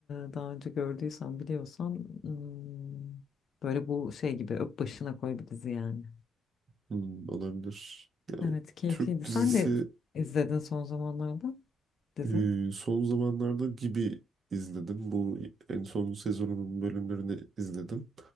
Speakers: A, on the left; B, on the right.
A: e, daha önce gördüysen biliyorsan hmm, böyle bu şey gibi öp başına koy bir dizi yani.
B: Hmm, olabilir. Ya,
A: Evet keyifliydi.
B: Türk dizisi
A: Sen de izledin son zamanlarda dizi.
B: Ee, son zamanlarda gibi izledim. Bu en son sezonunun bölümlerini izledim.